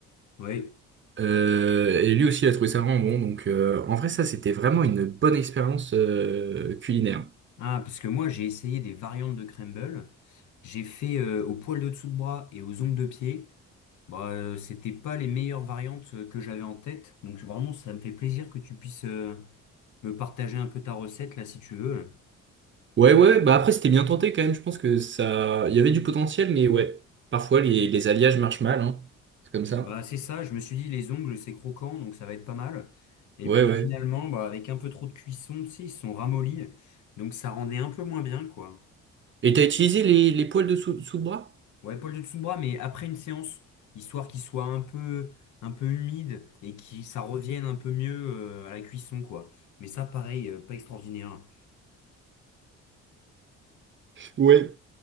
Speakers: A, on the left; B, on the right.
A: oui.
B: Euh, et lui aussi, il a trouvé ça vraiment bon. Donc, euh, en vrai, ça, c'était vraiment une bonne expérience euh, culinaire.
A: Ah parce que moi j'ai essayé des variantes de crumble. J'ai fait euh, au poil de dessous de bras et aux ongles de pied. Bah euh, c'était pas les meilleures variantes euh, que j'avais en tête. Donc vraiment ça me fait plaisir que tu puisses euh, me partager un peu ta recette là si tu veux.
B: Ouais, ouais. Bah après, c'était bien tenté quand même. Je pense que ça, il y avait du potentiel, mais ouais. Parfois, les, les alliages marchent mal. Hein. C'est comme ça.
A: Bah c'est ça, je me suis dit les ongles c'est croquant donc ça va être pas mal. Et
B: Ouais,
A: puis
B: ouais.
A: finalement bah avec un peu trop de cuisson tu sais ils se sont ramollis. Donc ça rendait un peu moins bien quoi.
B: Et t'as utilisé les, les poils de sous, sous le bras?
A: Ouais, Paul de Tsoumbra, mais après une séance, histoire qu'il soit un peu, un peu humide et que ça revienne un peu mieux euh, à la cuisson, quoi. Mais ça, pareil, euh, pas extraordinaire. hein.
B: Ouais.